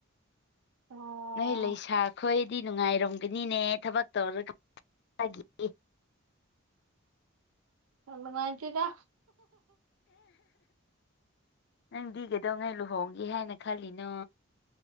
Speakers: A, on the right (about 80°); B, on the left (about 50°).
A: ꯑꯣ
B: ꯅꯣꯏ ꯂꯩꯁꯥꯈꯣꯏꯗꯤ ꯅꯨꯡꯉꯥꯏꯔꯝꯒꯅꯤꯅꯦ ꯊꯕꯛ ꯇꯧꯔꯒ ꯃꯥꯒꯤ
A: ꯑ ꯃꯥꯏꯆꯔ
B: ꯅꯪꯗꯤ ꯀꯩꯗꯧꯉꯩ ꯂꯨꯍꯣꯡꯒꯦ ꯍꯥꯏꯅ ꯈꯜꯂꯤꯅꯣ